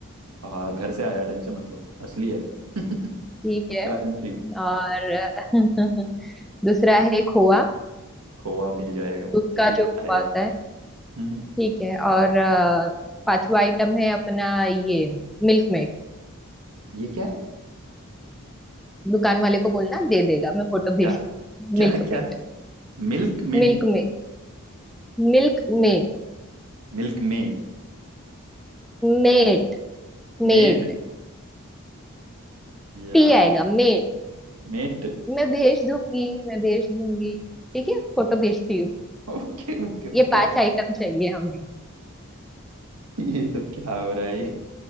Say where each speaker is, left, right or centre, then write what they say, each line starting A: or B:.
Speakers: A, on the right; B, in the centre.
A: हाँ घर से आया टेंशन मतलब असली है <laughs>
B: ठीक है
A: गारंटीड
B: और <laughs> दूसरा है खोआ
A: खोआ मिल जाएगा
B: दूध
A: तेरी
B: का जो
A: वाला
B: खोआ
A: है एक
B: होता है
A: हम्म
B: ठीक है और अ, पांचवा आइटम है अपना ये मिल्क मेड
A: ये क्या है
B: दुकान वाले को बोलना दे देगा मैं फोटो भेज
A: क्या क्या
B: मिल्क
A: क्या
B: मेड
A: Milk mint
B: Milkmaid Milkmaid
A: मिल्क में
B: मेट
A: मेड
B: मेट
A: यार
B: टी आएगा मेट
A: मेट
B: मैं भेज दूंगी मैं भेज दूंगी ठीक है फोटो भेजती हूँ
A: Okay okay
B: ये
A: okay
B: पांच आइटम चाहिए हमें
A: ये सब क्या हो रहा है ये